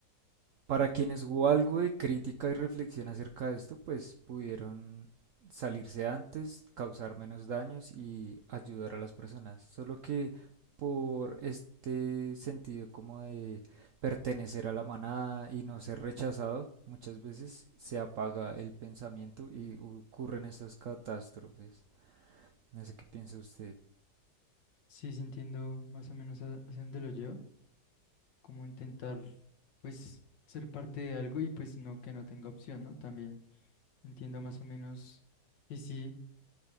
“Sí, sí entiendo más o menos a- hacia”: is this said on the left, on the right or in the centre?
Left